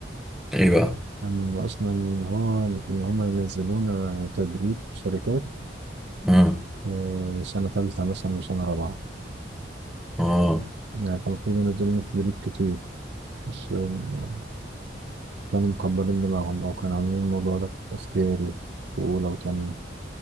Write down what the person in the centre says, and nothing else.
ايه بقى
اه
اه